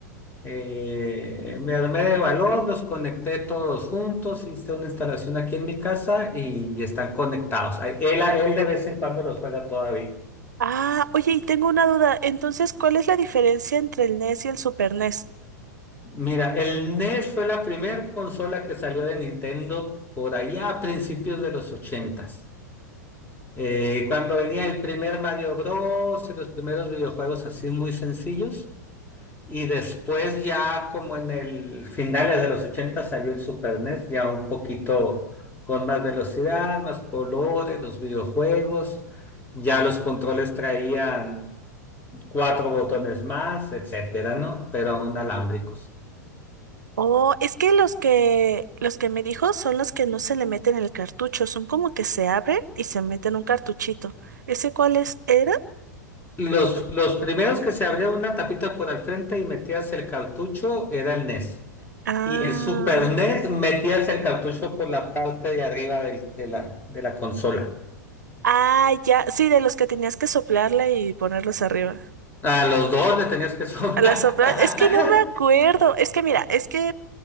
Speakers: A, on the left; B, on the right.
A: eh, me armé de valor, los conecté todos juntos, hice una instalación aquí en mi casa y están conectados. Él, él de vez en cuando los juega todavía.
B: Ah, oye, y tengo una duda. Entonces, ¿cuál es la diferencia entre el NES y el Super NES?
A: Mira, el NES fue la primera consola que salió de Nintendo por allá a principios de los ochentas. Eh, cuando venía el primer Mario Bros. y los primeros videojuegos así muy sencillos. Y después ya como en el finales de los ochentas salió el Super NES, ya un poquito con más velocidad, más colores, los videojuegos. Ya los controles traían cuatro botones más, etcétera, ¿no? Pero aún alámbricos.
B: Oh, es que los que los que me dijo son los que no se le meten el cartucho, son como que se abren y se meten un cartuchito. ¿Ese cuáles eran?
A: Los, los primeros que se abría una tapita por al frente y metías el cartucho era el NES.
B: Ah,
A: Y el Super NES metías el cartucho por la parte de arriba del- de la, de la consola.
B: ah, ya, sí, de los que tenías que soplarle y ponerlos arriba.
A: A los dos le tenías que sobrar.
B: A la sopla.
A: <laughs>
B: es que no me acuerdo. Es que mira, es que